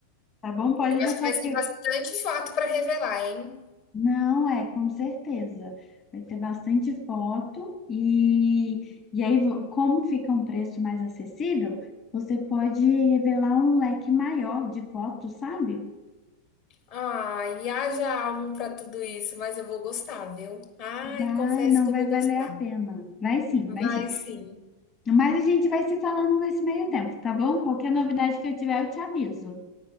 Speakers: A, on the left; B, on the left.
A: Tá bom? Pode
B: Que eu
A: deixar
B: acho que vai
A: aqui.
B: ser bastante foto para revelar, hein?
A: Não, é, com certeza. Vai ter bastante foto e, e aí, vo- como fica um preço mais acessível, você pode revelar um leque maior de fotos, sabe?
B: Ai, haja álbum para tudo isso, mas eu vou gostar, viu? Ai,
A: Vai,
B: confesso
A: não
B: que
A: vai
B: eu vou
A: valer
B: gostar.
A: a pena. Vai sim, vai
B: Vai
A: sim.
B: sim,
A: Mas a gente vai se falando nesse meio tempo, tá bom? Qualquer novidade que eu tiver, eu te aviso.